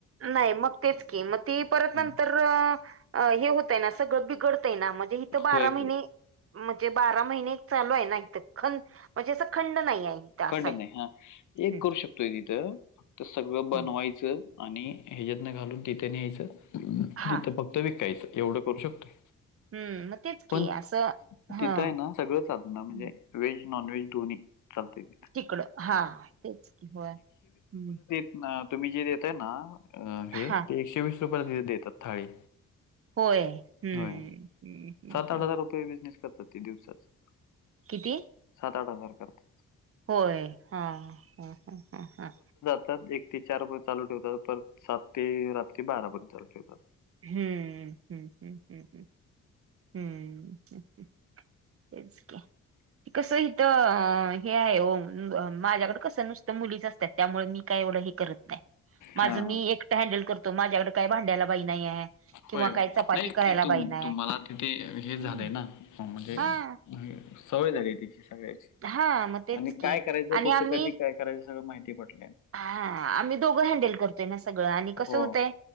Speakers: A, on the right; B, on the left.
A: नाही मग तेच की मग ती परत
B: हं.
A: नंतर प्र अं हे होतय ना. सगळं बिघडतय ना, म्हणजे इथ बारा
B: होय,
A: महिने,
B: होय.
A: म्हणजे बारा महिने चालू आहे ना इथ. खं- म्हणजे असं खंड नाही आहे.
B: खंड
A: असं
B: नाही,
A: आहे.
B: हा. एक
A: हम्म
B: करू शकतोय तिथं, फक्त सगळं बनवायचं
A: हम्म.
B: आणि ह्याच्यातन घालून तिथे न्यायचं.
A: हा
B: तिथं फक्त विकायचं एवढं करू शकतोय.
A: हम्म मग तेच
B: पण
A: की असं हा.
B: तिथं आहे ना सगळं साधना म्हणजे
A: हम्म
B: वेज नॉन वेज दोन्ही चालतय ते.
A: तिकडं, हा तेच कि. होय, हं.
B: अ तुम्ही जे देतय ना हे
A: हा
B: ते एकशे वीस रुपयाला देतात थाळी.
A: होय हम्म
B: होय.
A: हम्म हम्म
B: सात -आठ
A: हम्म.
B: हजार रुपये बिजनेस करतात ते दिवसाचा.
A: किती?
B: सात -आठ हजार करतात.
A: होय हा. हं हं हं हं.
B: एक ते चार पर्यंत चालू ठेवतात. परत सात ते रात्री बारापर्यंत चालू ठेवतात.
A: हं हं हं हं हं, हं हं हं हं हं. तेच की.
B: <inaudible>
A: कसं इथं अं हे आहे ओ. माझ्याकड कसं नुसतं मुलीच असतात. त्यामुळे मी काय एवढं हे करत नाही. माझं
B: हां.
A: मी एकटं हँडल करतो माझ्याकडे काय भांड्यायला बाई नाही आहे किंवा
B: होय होय,
A: काय चपाती
B: नाही
A: करायला
B: ति तुम
A: बाई नाही
B: तुम्हाला तिथे हे झालंय
A: हम्म.
B: ना अं म्हणजे
A: हा
B: हं, सवय झाली तिची सगळ्याची.
A: हा मग तेच
B: आणि
A: की
B: काय करायचं,
A: आणि
B: कुठं,
A: आम्ही
B: कधी, काय करायच सगळं माहिती पडलं.
A: हा. आम्ही दोघं हँडल करतोय ना सगळं. आणि
B: हो.
A: कसं होतंय